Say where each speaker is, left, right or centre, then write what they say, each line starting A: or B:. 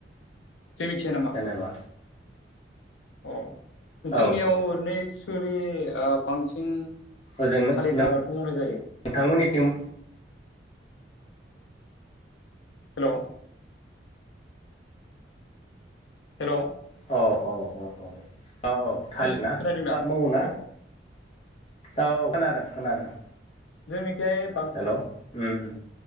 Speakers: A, on the left; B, on the left.
A: जोंनिथिं नामा
B: जेनेबा
A: अ
B: औ
A: जोंनियाव ओरैनो एक्सुेलि बांसिन
B: ओजोंनो
A: थालिर
B: नोंथांमोननिथिं
A: आबादखौ मावनाय जायो हेल' हेल'
B: औ औ औ औ औ औ थालिर
A: खोनादों
B: ना आबाद
A: दा
B: मावो ना
A: औ
B: औ औ खोनादों खोनादों
A: जोंनिखै बां
B: हेल' उम